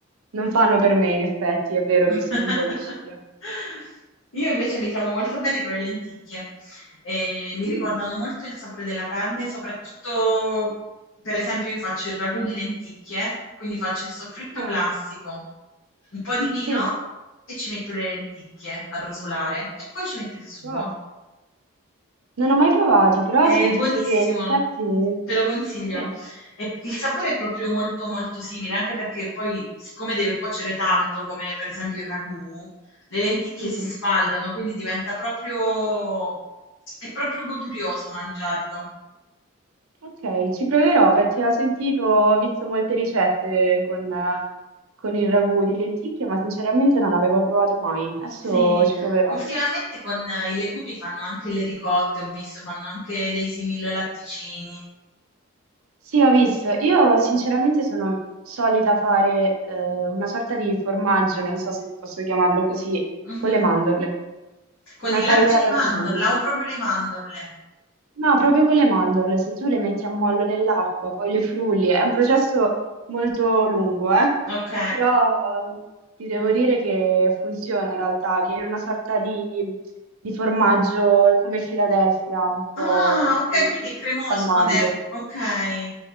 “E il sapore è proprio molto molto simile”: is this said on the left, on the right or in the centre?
Left